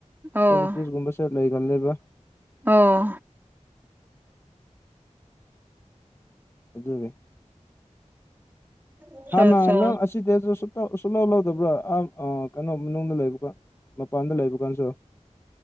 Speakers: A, on the right; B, on the left.
A: ꯑꯣ
B: ꯗꯥꯏꯕꯤꯇꯤꯁꯒꯨꯝꯕꯁꯦ ꯂꯩꯒꯜꯂꯦꯕ
A: ꯑꯣ
B: ꯑꯗꯨꯒꯤ
A: ꯑꯆꯥ
B: ꯍꯥꯟꯅ
A: ꯑꯆꯥ
B: ꯅꯪ ꯑꯁꯤꯗ ꯁꯨ ꯁꯨꯛ ꯇꯧ ꯁꯨꯛ ꯂꯧ ꯂꯧꯗꯕ꯭ꯔꯥ ꯑꯥ ꯀꯩꯅꯣ ꯃꯅꯨꯡꯗ ꯂꯩꯕꯀꯥꯟ ꯃꯄꯥꯟꯗ ꯂꯩꯕ ꯀꯥꯟꯁꯨ